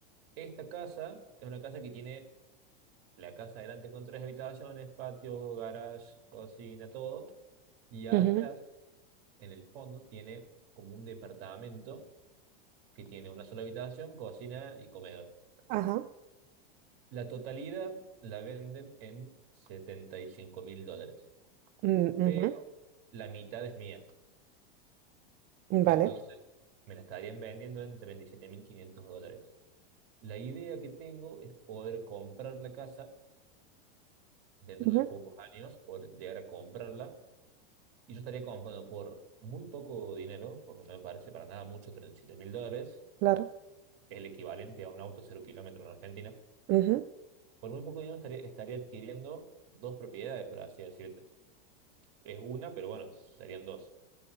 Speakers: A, on the right; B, on the right.
A: Esta casa es una casa que tiene la casa adelante con tres habitaciones, patio, garage, cocina, todo, y atrás,
B: Ujú,
A: en el fondo, tiene como un departamento que tiene una sola habitación, cocina y comedor.
B: Ajá.
A: La totalidad la venden en setenta y cinco mil dólares,
B: Mm, ujú.
A: pero la mitad es mía.
B: Vale,
A: Entonces, me la estarían vendiendo en 37.500 dólares. La idea que tengo es poder comprar la casa dentro
B: ujú,
A: de pocos años, poder llegar a comprarla. Y yo estaría comprando por muy poco dinero, porque no me parece para nada mucho, treinta y siete mil dólares,
B: claro.
A: el equivalente a un auto cero kilómetro en Argentina.
B: ujú.
A: Por muy poco dinero estaría, estaría adquiriendo dos propiedades, por así decirte. Es una, pero bueno, serían dos.